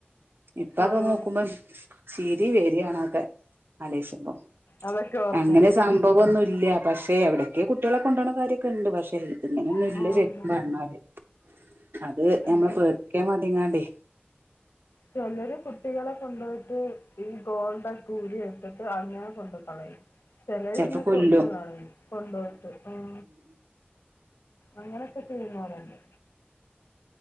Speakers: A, on the right; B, on the left.
A: ഇപ്പക്കെ
B: ആണോ
A: നോക്കുമ്പോം ചിരി വരിയാണൊക്കെ ആലേശഭം
B: അതൊക്കെ ഓർക്കുമ്പോ
A: അങ്ങനെ സംഭവം ഒന്നും ഇല്ല പക്ഷെ എവിടയൊക്കെ കുട്ടികളെ കൊണ്ട പോണ കാര്യക്കെ ഉണ്ട് പക്ഷേ ഇങ്ങനെയൊന്നും
B: ആഹ്
A: ഇല്ല ശരിക്കും
B: ഉണ്ട്
A: പറഞ്ഞാല് അത്
B: ഉണ്ട്
A: നമ്മളെ പേടിപ്പിക്കാൻ വേണ്ടിട്ട് എങ്ങാണ്ടേ
B: ചിലര് കുട്ടികളെ കൊണ്ടുപോയിട്ട് ഈ ഗോൾഡെക്കെ ഊരി എടുത്തിട്ട് അങ്ങനെ കൊണ്ട് കളയും ചെലന്നെ
A: ചെലപ്പോ കൊല്ലും
B: കൊന്നു കളയും കൊണ്ടപോയിട്ട് ഉം അങ്ങനെയൊക്കെ ചെയ്യുന്നവരുണ്ട്